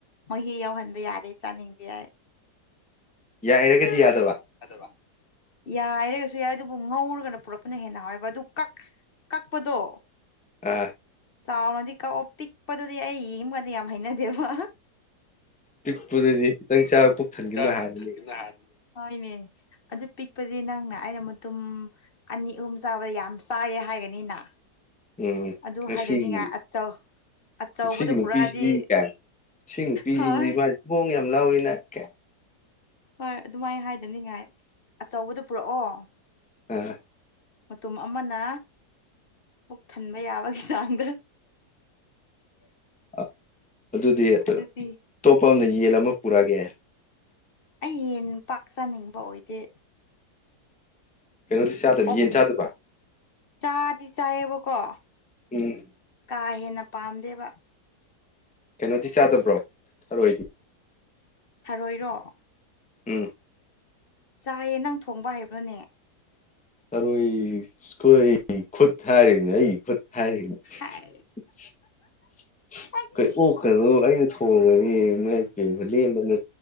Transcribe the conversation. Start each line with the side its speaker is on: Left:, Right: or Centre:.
Left: ꯃꯍꯤ ꯌꯥꯎꯍꯟꯕ ꯌꯥꯗꯦ ꯆꯥꯅꯤꯡꯗꯦ ꯑꯩ
Centre: ꯌꯥꯏꯔꯒꯗꯤ ꯌꯥꯗꯕ
Left: ꯌꯥꯗꯖ ꯌꯥꯏꯔꯒꯁꯨ ꯌꯥꯏ ꯑꯗꯨꯕꯨ ꯉꯧꯔꯒꯅ ꯄꯨꯔꯛꯄꯅ ꯍꯦꯟꯅ ꯍꯥꯎꯋꯦꯕ ꯑꯗꯨ ꯀꯛ ꯀꯛꯄꯗꯣ
Centre: ꯑꯥ
Left: ꯆꯥꯎꯅꯗꯤ ꯀꯛꯑꯣ ꯄꯤꯛꯄꯗꯨꯗꯤ ꯑꯩ ꯌꯦꯕꯒꯟꯗ ꯌꯥꯝ ꯍꯥꯏꯅꯗꯦꯕ
Centre: ꯄꯤꯛꯄꯨꯗꯗꯤ ꯈꯤꯇꯪ ꯆꯥꯕ ꯄꯨꯛ ꯊꯟꯈꯤꯕꯅ
Left: ꯆꯥꯛ
Centre: ꯍꯥꯜꯂꯅꯤ
Left: ꯄꯨꯛ ꯊꯟꯒꯤꯕꯅ ꯍꯥꯟꯅꯤ ꯍꯣꯏꯅꯦ ꯑꯗꯨ ꯄꯤꯛꯄꯗꯤ ꯅꯪꯅ ꯑꯩꯅ ꯃꯇꯨꯝ ꯑꯅꯤ ꯑꯍꯨꯝ ꯆꯥꯕꯗ ꯌꯥꯝ ꯆꯥꯏꯌꯦ ꯍꯥꯏꯒꯅꯤꯅ
Centre: ꯎꯝ
Left: ꯑꯗꯨ
Centre: ꯉꯁꯤꯒꯤ
Left: ꯍꯥꯏꯗꯅꯤꯡꯉꯥꯏ ꯑꯆꯧ ꯑꯆꯧꯕꯗꯨ
Centre: ꯃꯁꯤꯒꯤ ꯅꯨꯄꯤꯁꯤꯗꯤ
Left: ꯄꯨꯔꯛꯑꯗꯤ
Centre: ꯀꯥꯏ ꯁꯤ ꯅꯨꯄꯤꯖꯤꯗꯤ
Left: ꯍꯣꯏ
Centre: ꯃꯥ ꯃꯊꯤꯕꯣꯡ ꯌꯥꯝ ꯂꯥꯎꯋꯤꯅ ꯀꯥꯏ
Left: ꯍꯣꯏ ꯑꯗꯨꯃꯥꯏ ꯍꯥꯏꯗꯅꯤꯡꯉꯥꯏ ꯑꯆꯧꯕꯗꯣ ꯄꯨꯔꯛꯑꯣ
Centre: ꯑꯥ
Left: ꯃꯇꯨꯝ ꯑꯃꯅ ꯄꯨꯛ ꯊꯟꯕ ꯌꯥꯕꯒꯤ ꯆꯥꯡꯗ
Centre: ꯑꯥ ꯑꯗꯨꯗꯤ ꯑꯇꯣꯞꯄ
Left: ꯑꯗꯨꯗꯤ
Centre: ꯑꯃꯅ ꯌꯦꯟ ꯑꯃ ꯄꯨꯔꯛꯑꯒꯦ
Left: ꯑꯩ ꯌꯦꯟ ꯄꯥꯛ ꯆꯅꯤꯡꯕ ꯑꯣꯏꯗꯦ
Centre: ꯀꯩꯅꯣꯗꯤ ꯆꯥꯗꯕ
Left: ꯑꯣꯛ
Centre: ꯌꯦꯟ ꯆꯥꯗꯕ
Left: ꯆꯥꯗꯤ ꯆꯥꯏꯌꯦꯕꯀꯣ
Centre: ꯎꯝ
Left: ꯀꯥ ꯍꯦꯟꯅ ꯄꯥꯝꯗꯦꯕ
Centre: ꯀꯩꯅꯣꯗꯤ ꯆꯥꯗꯕ꯭ꯔꯣ ꯊꯔꯣꯏꯗꯤ
Left: ꯊꯔꯣꯏꯔꯣ
Centre: ꯎꯝ
Left: ꯆꯥꯏꯌꯦ ꯅꯪ ꯊꯣꯡꯕ ꯍꯩꯕꯔꯅꯦ
Centre: ꯊꯔꯣꯏ ꯈꯣꯏ ꯈꯨꯠ ꯊꯔꯤꯕꯅꯦ ꯑꯩꯒꯤ ꯈꯨꯠ ꯍꯥꯏꯔꯤꯅꯤ ꯑꯩꯈꯣꯏ
Left: ꯍꯥꯏ ꯑꯩ
Centre: ꯑꯣꯛ ꯀꯩꯅꯣ ꯑꯩꯅ ꯊꯣꯡꯒꯅꯤ ꯏꯃꯥꯏꯄꯦꯃ ꯂꯦꯝꯕ ꯅꯦ